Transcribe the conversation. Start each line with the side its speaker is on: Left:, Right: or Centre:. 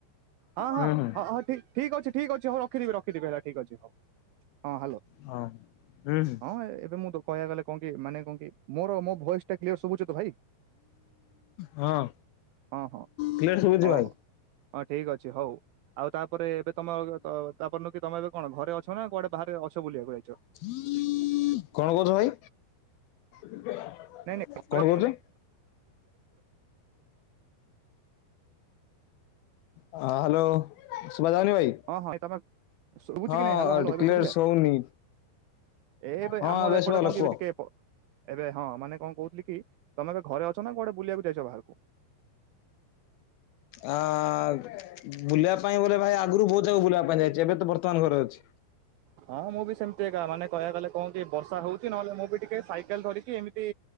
Right: ହଁ ହଁ
Left: ହୁଁ ହୁଁ।
Right: ହଁ ହଁ ଠିକ ଠିକ୍ ଅଛି ଠିକ୍ ଅଛି ହଉ ରଖିଦେବି ରଖିଦେବି ହେଲା ଠିକ ଅଛି ହଉ ହଁ ହାଲୋ।
Left: ହଁ ହୁଁ ହୁଁ
Right: ହଁ ଏବେ ମୁଁ କହିଆକୁ ଗଲେ କଣ କି ମାନେ କଣକି ମୋର ମୋ ଭଏସ ଟା କ୍ଲିୟର ଶୁଭୁଚି ତ ଭାଇ।
Left: ହଁ
Right: ହଁ ହଁ
Left: କ୍ଲିୟର ଶୁଭୁଛି
Right: ହଉ
Left: ଭାଇ।
Right: ହଉ ହଁ ଠିକ ଅଛି ହଉ ଆଉ ତାପରେ ଏବେ ତମ ତାପରଦିନ କି ତମେ କଣ ଘରେ ଅଛ ନା କୁଆଡେ ବାହାରେ ଅଛ ବୁଲିବାକୁ ଯାଇଚ।
Left: <inaudible> କଣ କହୁଥିଲ ଭାଇ। <inaudible>
Right: ନାଇଁ ନାଇଁ ଘରେ
Left: କଣ କରୁଚ? <inaudible> <inaudible> ହଁ ହାଲୋ ସୁଭାଯାଉନି ଭାଇ।
Right: ହଁ ହଁ ଏ ତମ ସୁବୁଚିକି
Left: ହଁ
Right: ନାଇଁ ହାଲୋ ହାଲୋ
Left: କ୍ଲିୟର
Right: ଶୁଭିଲା।
Left: ଶୁଭୁନି
Right: ଏ ଏବେ
Left: ହଁ
Right: ଆମର ଏପଟେ
Left: ଶୁଭାଗଲା
Right: କ
Left: କୁହ।
Right: କିି ଏବେ ଟିକେ ଏବେ ହଁ ମାନେ କଣ କହୁଥିଲି କି ତମେ ଏବେ ଘରେ ଅଛ ନା କୁଆଡେ ବୁଲିବାକୁ ଯାଇଚ ବାହାରକୁ।
Left: ଆ ବୁଲିବା ପାଏଁ ବୋଲେ ବୁଲିବା ଭାଇ ଆଗରୁ ବହୁତ ଜାଗକୁ ବୁଲିବା ପାଏଁ ଯାଇଛି ଏବେ ତ ବର୍ତ୍ତମାନ ଘରେ ଅଛି।
Right: ହଁ ମୁଁ ବି ସେମିତି ଏକା ମାନେ କହିବାକୁ ଗଲେ କଣ କି ବର୍ଷା ହଉଚି ନହେଲେ ମୁଁ ବି ଟିକେ ସାଇକେଲ ଧରିକି ଏମିତି